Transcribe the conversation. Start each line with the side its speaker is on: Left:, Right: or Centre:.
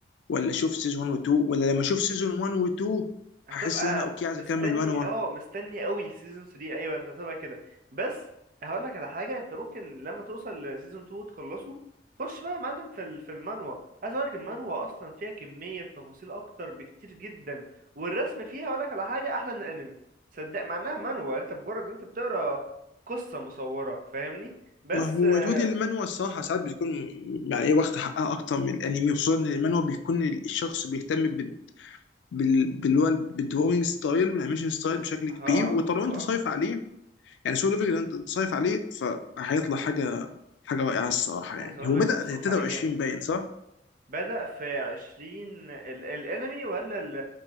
Left: ولا اشوف سيزون 1 و2 ولا لما اشوف سيزون 1 و2
Right: هتبقى
Left: هحس ان انا اوكي عايز
Right: مستني
Left: اكمل 1
Right: اه مستني قوي سيزون 3 ايوه انت هتبقى كده بس هقول لك على حاجه انت ممكن لما توصل لسيزون 2 وتخلصه خش بقى يا معلم في ال- في المانوا عايز اقول لك المانوا اصلا فيها كميه تفاصيل اكتر بكتير جدا والرسم فيها هقول لك على حاجه احلى من الانمي صدق مع انها مانوا انت مجرد انت بتقرا قصه مصوره فاهمني بس
Left: ما هو
Right: آه،
Left: ردود المانوا الصراحة ساعات بيكون يعني ايه واخد حقها أكتر من الأنمي خصوصا إن المانوا بيكون الشخص بيهتم بال بال- باللي هو بالدروينج ستايل والانيميشن ستايل بشكل
Right: ها
Left: كبير وطالما
Right: ها
Left: أنت صايف عليه يعني سولو ليفل أنت صايف عليه فهيطلع حاجة حاجة رائعة الصراحة
Right: عايز
Left: يعني
Right: اقول
Left: هو
Right: لك
Left: بدأ
Right: مصروف
Left: 23
Right: عليه جامد
Left: باين صح؟
Right: بدأ في عشرين ال... الانمي ولا ال...